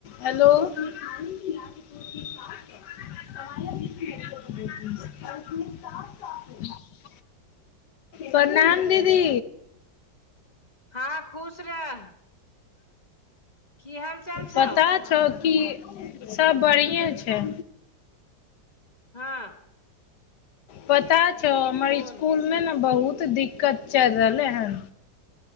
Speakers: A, on the left (about 70°); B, on the left (about 25°).
A: Hello. <unintelligible> प्रणाम दीदी!
B: हँ खुश रह। की हाल चाल छौ
A: पताऽ छौ की, सब बढ़ियएँ छै।
B: हँ।
A: पता छौ हमर
B: बोल
A: स्कुल मे ने बहुत दि कच्चा रहल लै हन।